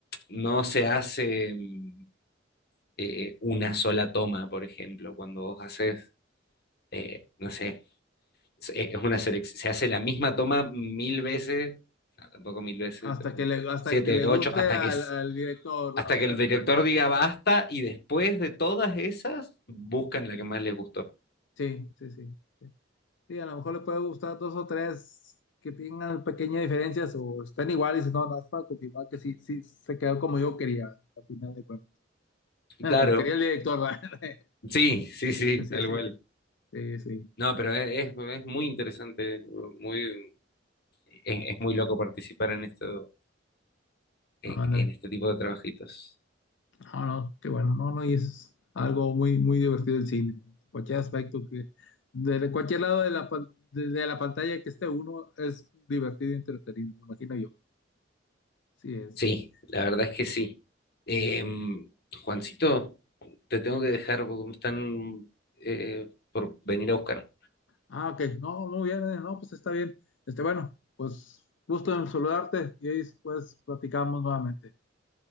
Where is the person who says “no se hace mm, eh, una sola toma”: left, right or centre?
Left